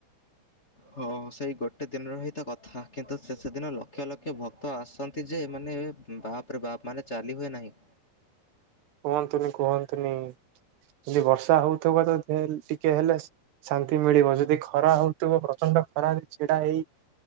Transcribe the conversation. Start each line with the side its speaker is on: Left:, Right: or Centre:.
Left: ହଁ ସେଇ ଗୋଟେ ଦିନର ହିଁତ କଥା କିନ୍ତୁ ଶେଷ ଦିନ ଲକ୍ଷ ଲକ୍ଷ ଭକ୍ତ ଆସଛନ୍ତି ଯେ ମାନେ ବାପରେ ବାପ ମାନେ ଚାଲି ହୁଏ ନାହିଁ।
Right: କୁହନ୍ତୁନି କୁହନ୍ତୁନି ଯଦି ବର୍ଷା ହଉଥିବ ତ ଟିକେ ହେଲେ ଶାନ୍ତି ମିଳିବ ଯଦି ଖରା ହଉଥିବ ପ୍ରଚଣ୍ଡ ଖରା ଛିଡା ହେଇ